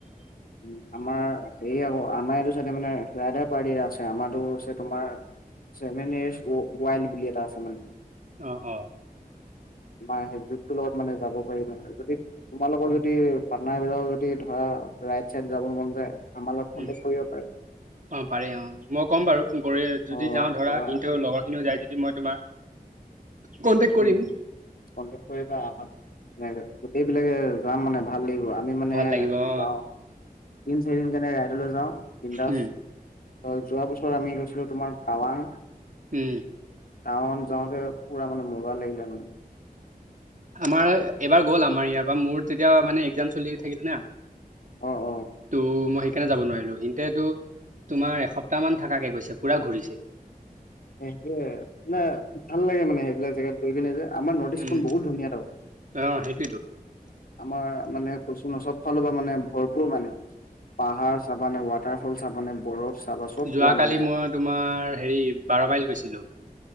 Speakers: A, on the left; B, on the right.
A: উম আমাৰ- এই আকৌ আমাৰ এইটো চাইটে মানে ৰাইডাৰ পাৰ্টি এটা আছে। আমাৰতো- তোমাৰ ছেভেন য়েৰ্চ ৱাইল বুলি এটা আছে মানে।
B: অঁ অঁ।
A: <unintelligible> বা সেই গ্ৰুপটো লগত মানে যাব পাৰি মানে। যদি তোমালোকৰ যদি পাটনাৰবিলাক যদি ধৰা- ৰাইট চাইত যাব মন যায়। আমাৰ লগত কন্টেক্ট
B: উমঁ
A: কৰিব পাৰে।
B: অঁ পাৰে অ মই কম বাৰু। কৰি যদি
A: অ
B: যাওঁ ধৰা
A: ক'বা
B: সেন্তু লগৰ খিনিও যাই যদি মই তোমাৰ- কন্টেক্ট কৰিম
A: উমঁ কণ্ট্ৰেক কৰিবা আমাক। গোটেই বিলাকে যাম মানে ভাল লাগিব। আমি মানে
B: ভাল লাগিব অ
A: যাওঁ তিন চাৰি দিন কাৰণে ৰাইদলৈ যাওঁ বিন্দাস।
B: উম
A: ত যোৱা বছৰ আমি গৈছিলো তোমাৰ টাৱাং।
B: উম।
A: টাউন যাওঁতে পুৰা মানে মজা লাগিলে মানে।
B: আমাৰ এইবাৰ গ'ল আমাৰ ইয়াৰ পৰা মোৰ তেতিয়া মানে এক্সাম চলি থাকিল না।
A: অ অ
B: তো মই- সেইকাৰণে যাব নোৱাৰিলো। সিহঁতেতো তোমাৰ এসপ্তাহ মান থকাকে গৈছে পুৰা ঘূৰিছে।
A: সেইটোৱে মানে ভাল লাগে মানে সেইবিলাক জেগাত গৈ কিনে যে। আমাৰ নৰ্থ ইষ্টখন
B: উম
A: বহুত ধুনীয়াতো।
B: অ সেইটোৱেতো
A: আমাৰ মানে কৈচু ন চব ফালৰ পৰা মানে ভৰপূৰ মানে। পাহাৰ চাবানে, ৱাটাৰফল চাবানে, বৰফ- চাবা চব
B: যোৱাকালি
A: পোৱা মানে
B: মই তোমাৰ সেৰি বাৰ মাইল গৈছিলো।